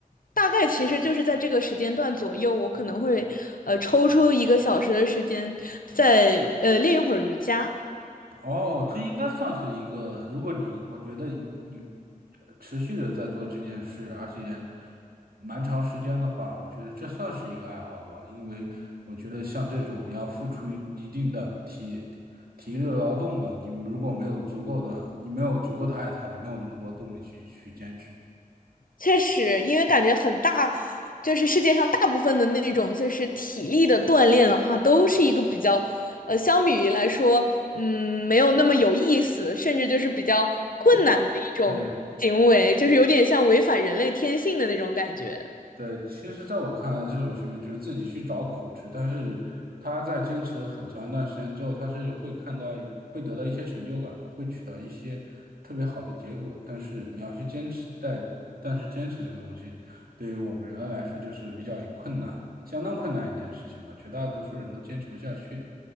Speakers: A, on the left (about 70°); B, on the right (about 80°).
A: 大概其实就是在这个时间段左右，我可能会呃抽出一个小时的时间，再呃练一会儿瑜伽。
B: 哦，这应该算是一个，如果你，我觉得你持续的在做这件事，而且蛮长时间的话，我觉得这算是一个爱好吧。因为我觉得像这种你要付出一一定的体体力劳动的，你如果没有足够的，你没有足够的爱它，你没有那么多动力去去坚持。
A: 确实，因为感觉很大，就是世界上大部分的那种就是体力的锻炼的话，都是一个比较，呃，相比于来说，嗯，没有那么有意思，甚至就是比较困难的一种行为，
B: 枯燥，对。
A: 就是有点像违反人类天性的那种感觉。
B: 对，其实在我看来，这种行为就是自己去找苦吃，但是他在坚持很长一段时间之后，他是会看到一会得到一些成就感的，会取得一些特别好的结果。但是你要去坚持，但但是坚持这个东西，对于我们人来说就是比较困难，相当困难一件事情吧，绝大多数人都坚持不下去。